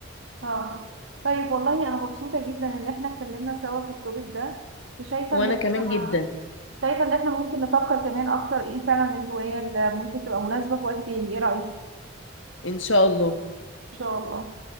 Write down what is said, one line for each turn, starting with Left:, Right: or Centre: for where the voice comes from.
Right: اه طيب والله انا مبسوطة جدا ان احنا اتكلمنا سوا في التوبيك ده وشايفة
Left: وانا
Right: ان احنا
Left: كمان جدا
Right: شايفة ان احنا ممكن نفكر كمان اكتر ايه فعلا الهواية اللي ممكن تبقى مناسبة في وقت تاني ايه رأيك؟ ان
Left: ان شاء الله
Right: شاء الله